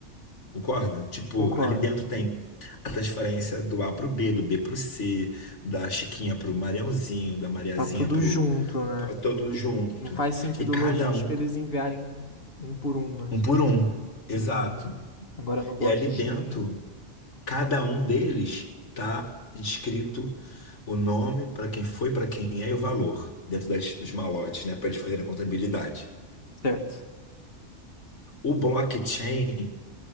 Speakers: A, on the left; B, on the left.
A: Concorda? Tipo,
B: concordo.
A: ali dentro tem a transferência do A pro B, do B pro C, da Chiquinha pro Mariãozinho, da Mariazinha
B: Tá tudo
A: pro.
B: junto, né?
A: Tava todo junto.
B: Não faz sentido
A: E cada
B: logística
A: um,
B: eles enviarem um por um, né?
A: um por um. Exato.
B: Uhum. Agora no blockchain.
A: E ali dentro. Cada um deles está escrito o nome para quem foi, para quem é e o valor dentro das, dos malotes, né, para eles fazerem a contabilidade.
B: Certo.
A: O blockchain